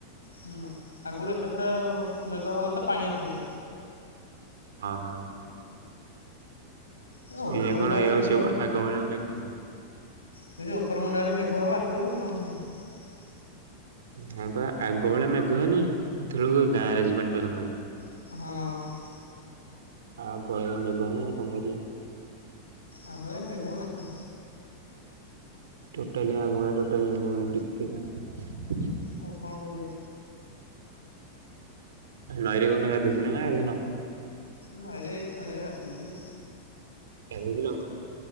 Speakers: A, on the left (about 80°); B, on the right (about 60°).
A: ହଁ ଆଗରୁ ଏକଥର ମେଘ ହବ ତ ପାଣି ଆସିବ।
B: ହଁ ହଁ।
A: ଏ ଉପର
B: ଏଇ
A: ମୁଣ୍ଡା
B: କଣଇ
A: ବେଳେ
B: ଆଉ
A: ମେଘ
B: ସେଳିଆ ଆଗ ଭଳିଆେ କଣ ହିଁ।
A: ସେ ଉପରମୁଣ୍ଡରେ ମେଘ ହବ ଆସିବ ନନେ ନାହିଁ।
B: ହଁ ପା ଆଗ ବେଳେ ମେଘ ହୁଏନି ଏତେବେଳକୁ ଗାଁରେ ଆସିକି ପାଣି ପସନ୍ତାଣି।
A: ହଁ।
B: ଆଉ ଗରିବ ଲୋକ ସେ କଣ କରିବା।
A: ଆଗଭଳିଆ ମେଘ ନାହଁ।
B: ଟୋଟାଲି ଆଗୁଣା ଟୋଟାଲି ମେଘ ନାହିଁ ଟିକେ ବି
A: ଆଉ କଣ କରିବା
B: ନଈରେ କୋଉଦିନ ଗାଧେଇ ଥିଲ ନା ଗାଧେଇନ?
A: ନଈରେ ଏଇଥିରେ ଗାଧେଇଚି।
B: ଗାଧେଇ ଥିଲ।